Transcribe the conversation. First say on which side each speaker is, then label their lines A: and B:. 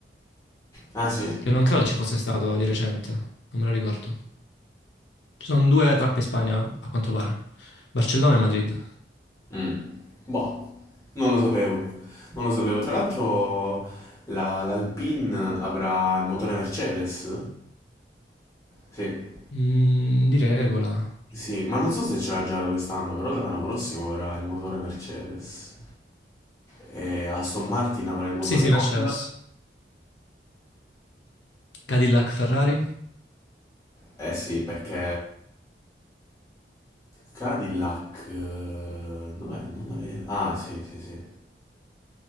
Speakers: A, on the left; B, on the left.
A: Ah sì?
B: che non credo ci fosse stato di recente, non me lo ricordo. Ci sono due tappe in Spagna, a quanto pare. Barcellona e Madrid.
A: Mm. Boh, non lo sapevo. Non lo sapevo. Tra l'altro la- l'Alpine avrà il motore Mercedes? Sì.
B: Mm, di regola.
A: Sì, ma non so se ce l'ha già da quest'anno, però dall'anno prossimo avrà il motore Mercedes. E Aston Martin avrà il motore
B: Sì, sì,
A: Honda.
B: Mercedes. Cadillac, Ferrari.
A: Eh sì, perché Cadillac, eh, dov'è? Non la vedo. Ah, sì, sì, sì,